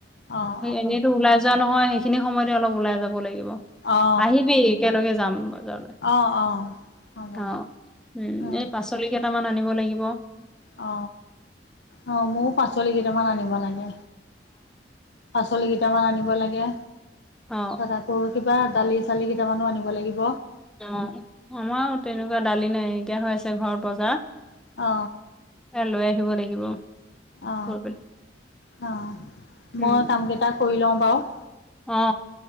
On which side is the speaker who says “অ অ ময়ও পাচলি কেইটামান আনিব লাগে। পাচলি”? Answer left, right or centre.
Left